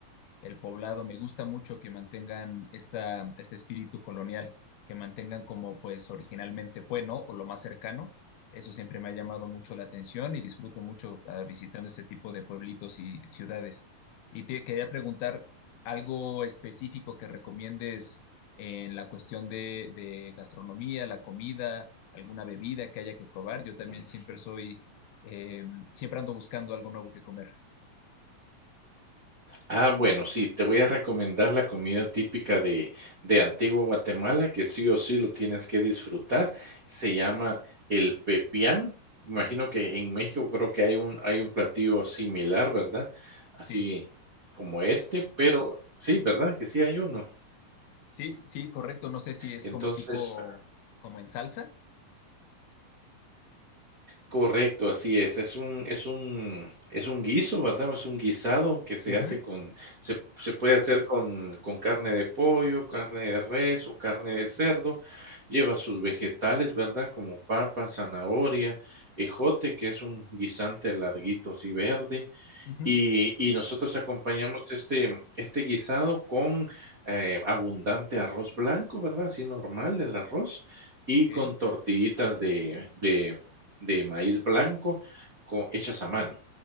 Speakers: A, on the left; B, on the right.
A: el poblado. Me gusta mucho que mantengan esta, este espíritu colonial, que mantengan como pues originalmente fue, ¿no? O lo más cercano. Eso siempre me ha llamado mucho la atención y disfruto mucho ah, visitando este tipo de pueblitos y ciudades. Y te quería preguntar algo específico que recomiendes en la cuestión de, de gastronomía, la comida, alguna bebida que haya que probar. Yo también
B: Ujú.
A: siempre soy, eh, siempre ando buscando algo nuevo que comer.
B: Ah, bueno, sí, te voy a recomendar la comida típica de de Antigua Guatemala, que sí o sí lo tienes que disfrutar, se llama el pepián, imagino que en México creo que hay un hay un platillo similar, ¿verdad? Así
A: Sí.
B: como este, pero sí, ¿verdad? Que sí hay uno.
A: Sí, sí, correcto. No sé si es
B: Entonces
A: como tipo, como en salsa.
B: Correcto, así es. Es un, es un, es un guiso, ¿verdad? Es un guisado que se
A: Ujú,
B: hace con, se, se puede hacer con, con carne de pollo, carne de res o carne de cerdo. Lleva sus vegetales, ¿verdad? Como papa, zanahoria, ejote, que es un guisante larguito así verde,
A: ujú.
B: y y nosotros acompañamos este este guisado con, eh, abundante arroz blanco, ¿verdad? Así normal el arroz, y
A: Ok,
B: con tortillitas de de de maíz blanco co hechas a mano.